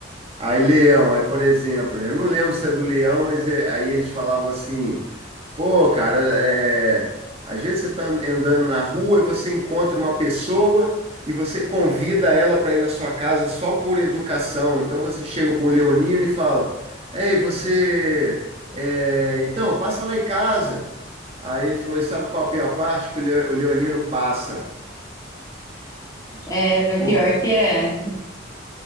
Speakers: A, on the right; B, on the left.
A: Aí, leão, aí, por exemplo, né, eu não lembro se é do leão, mas é- aí eles falavam assim. Pô, cara, é... às vezes você tá and- andando na rua e você encontra uma pessoa e você convida ela para ir na sua casa só por educação. Então você chega para um leonino e fala: Ei, você. é, Então, passa lá em casa. Aí ele falou: E sabe qual a pior parte? Que o leo- o leonino passa.
B: É, o
A: Pô,
B: pior que é.